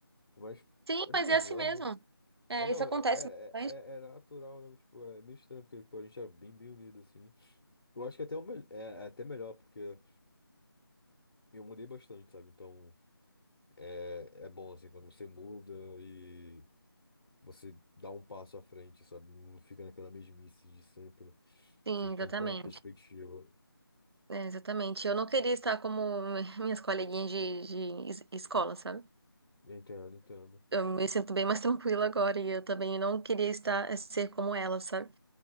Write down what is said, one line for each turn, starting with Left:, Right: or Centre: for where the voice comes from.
Left: Mas
Right: Sim,
Left: é bizarro.
Right: mas é assim mesmo. É,
Left: É, não,
Right: isso acontece
Left: é,
Right: bastante.
Left: é, é, é natural, né? Mas, Tipo, é meio estranho, porque tipo, a gente era bem, bem unido, assim. Eu acho que até o mel- é, é até melhor, porque eu mudei bastante, sabe? Então... É, é bom, assim, quando você muda e você dá um passo à frente, sabe? Não fica naquela mesmice de sempre,
Right: Sim,
Left: sem tanta
Right: exatamente.
Left: perspectiva.
Right: É, exatamente. Eu não queria estar como minhas coleguinhas de, de es- escola, sabe?
Left: Entendo, entendo.
Right: eu me sinto bem mais tranquila agora e eu também não queria estar eh, ser como ela, sabe?